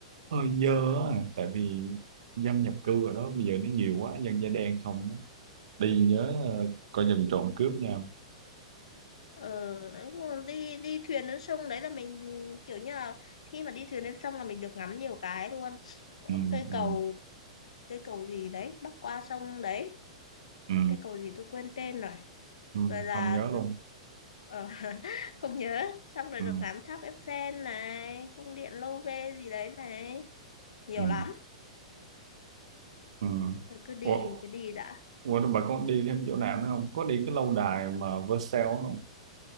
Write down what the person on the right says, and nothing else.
hơi dơ á tại vì dân nhập cư ở đó bây giờ nó nhiều quá dân da đen không á. đi nhớ ờ, coi chừng trộm cướp nha
ừ,
ừ,
ừ,
ừ,
không nhớ luôn
ừ,
ừ,
ừ.
Ủa,
ủa bà có đi thêm chỗ nào nữa không có đi cái lâu đài mà Versailles không